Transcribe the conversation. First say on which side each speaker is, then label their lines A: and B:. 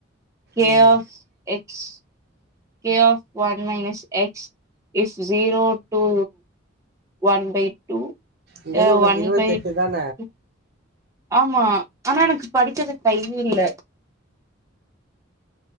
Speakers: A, on the right (about 15°); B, on the right (about 55°).
A: கே
B: ம்
A: of X K of one minus X is zero two one by two
B: இந்த
A: அ
B: இது உனக்கு
A: ஒன்
B: இருவத்தெட்டு
A: பை
B: தான
A: டூ. ஆமா ஆனா எனக்கு படிக்கறதுக்கு டைமே இல்ல